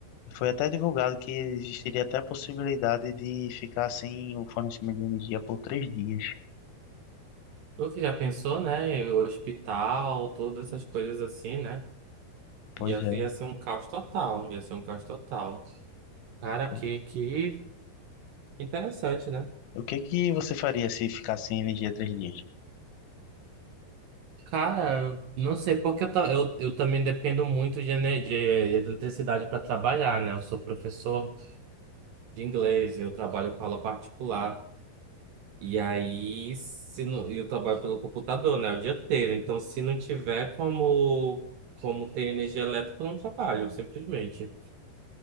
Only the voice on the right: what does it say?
Tu que já pensou, né? O hospital, todas essas coisas assim, né?
Ia,
ia ser um caos total, ia ser um caos total. Cara,
que, que interessante, né?
Cara, eu não sei porque eu, ta- eu, eu também dependo muito de energia, de eletricidade para trabalhar, né? Eu sou professor de inglês, eu trabalho com aula particular. E aí, se não, eu trabalho pelo computador, né, o dia inteiro. Então, se não tiver como, como ter energia elétrica, eu não trabalho, simplesmente.